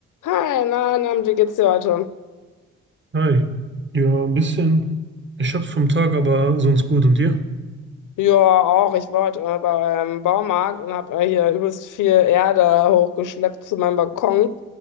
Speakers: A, on the left (about 60°); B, on the right (about 35°).
A: Hi, mein Name ist Georgio.
B: Hi. Ja, ein bisschen. Ich hab's vom Tag, aber sonst gut. Und dir?
A: Ja, auch. Ich war heute äh, beim Baumarkt und habe äh, hier übelst viel Erde hochgeschleppt zu meinem Balkon.